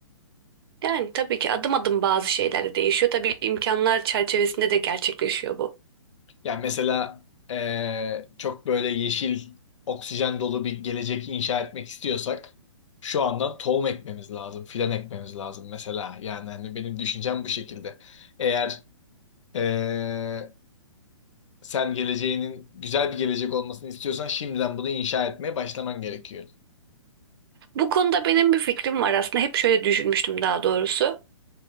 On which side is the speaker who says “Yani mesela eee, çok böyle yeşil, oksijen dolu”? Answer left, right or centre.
Left